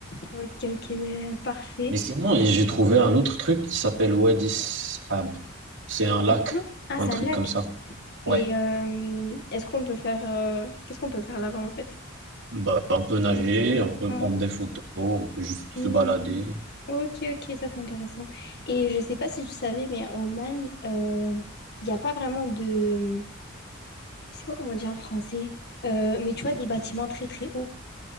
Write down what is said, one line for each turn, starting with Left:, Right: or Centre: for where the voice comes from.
Left: Ok, ok, ben, parfait.
Right: Mais sinon, et j'ai trouvé un autre truc qui s'appelle Wadi Sab. C'est un lac,
Left: C'est quoi Ah,
Right: un
Left: c'est
Right: truc
Left: un lac.
Right: comme ça. Ouais.
Left: Et euh, est-ce qu'on peut faire... euh, Qu'est-ce qu'on peut faire là-bas, en fait?
Right: Bah, on peut nager, on peut
Left: Ouais.
Right: prendre des photos, on peut juste
Left: Hmm.
Right: se balader.
Left: Ok, ok, ça c'est intéressant. Et je sais pas si tu savais, mais en Oman, euh, il n'y a pas vraiment de... je sais pas comment on dit en français, Euh, mais tu vois, des bâtiments très très hauts,